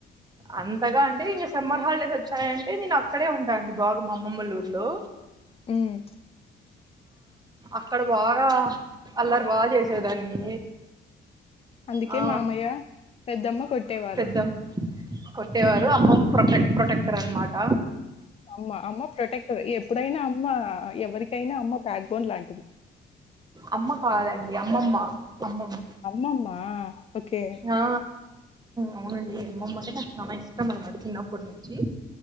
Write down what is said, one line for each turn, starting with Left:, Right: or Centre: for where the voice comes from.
Right: అంతగా అంటే ఇంగ సమ్మర్ హాలిడేస్ వచ్చాయంటే నేను అక్కడే ఉంటాండి బాగ మా అమ్మమ్మ వాళ్ళ ఊరిలో
Left: హ్మ్.
Right: అక్కడ బాగ అల్లరు బాగా చేసేదాన్ని
Left: అందుకే
Right: ఆ
Left: మామయ్య పెద్దమ్మ కొట్టేవారు
Right: పెద్దమ్మ కొట్టేవారు అమ్మమ్మ ప్రొటెక్ట్ ప్రొటెక్టర్ అనమాట
Left: అమ్మ అమ్మ ప్రొటెక్టర్ ఎప్పుడైనా అమ్మ ఎవరికైనా అమ్మ బ్యాక్ బోన్ లాంటిది
Right: అమ్మ కాదండి అమ్మమ్మ అమ్మమ్మ
Left: అమ్మమ్మా ఓకే
Right: ఆ అవునండి అమ్మమ్మ అంటే నాకు చాలా ఇష్టం అనమాట చిన్నప్పటి నుంచి